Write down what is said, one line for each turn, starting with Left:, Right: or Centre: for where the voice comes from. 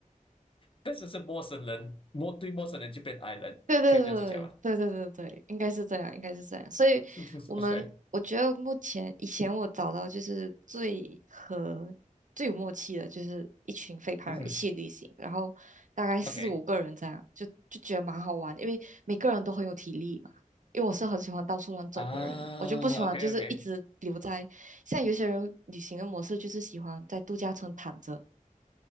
Left: 但是是陌生人，陌对陌生人就变 I 人，
Right: 对对对对对对对，
Left: 可以这样子讲吧
Right: 应该是这样，应该是这样。所以，
Left: <laughs>？OK，
Right: 我们我觉得目前以前我找到就是最和最有默契的，就是一群飞盘人一起旅行，
Left: 嗯哼
Right: 然后大概四五个人这样，
Left: ，OK
Right: 就就觉得蛮好玩，因为每个人都很有体力嘛。因为我是很喜欢到处乱走的人，
Left: 啊，OK
Right: 我就不喜欢就是一直留在。
Left: OK，
Right: 像有些人旅行的模式就是喜欢在度假村躺着，